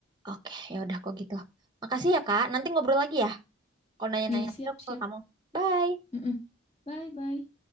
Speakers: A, on the right; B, on the left.
A: Oke, ya udah kok gitu. Makasih ya, Kak. Nanti ngobrol lagi ya. Kalau nanya-nanya
B: iya siap
A: lagi aku
B: siap
A: ke kamu. Bye.
B: Mm-mm. bye bye